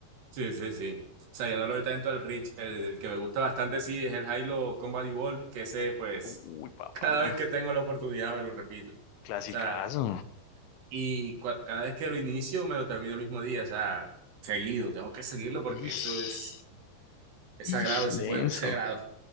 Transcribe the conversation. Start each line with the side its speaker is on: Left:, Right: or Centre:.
Right: Sí, sí, sí. O sea, yo no lo doy tanto al Rich. El, el que me gusta bastante, sí, es el Halo Combat Evolved, que ese, pues,
Left: Uy, papá,
Right: cada vez que tengo la oportunidad me lo repito. O
Left: clasicazo.
Right: sea, y cua- cada vez que lo inicio me lo termino el mismo día. O sea, seguido, tengo que seguirlo porque
Left: Ish,
Right: eso es, es
Left: ish,
Right: sagrado ese
Left: denso.
Right: juego, es sagrado.